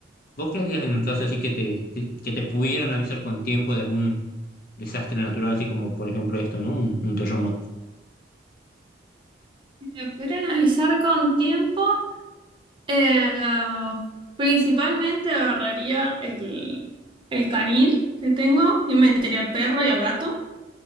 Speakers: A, on the left; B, on the right.
A: ¿Vos qué harías en un caso así que te, te- que te pudieran avisar con tiempo de algún desastre natural, así como por ejemplo esto, ¿no? Un, un terremoto.
B: Me pudieran avisar con tiempo, eh, principalmente agarraría el, el canil que tengo y metería al perro y al gato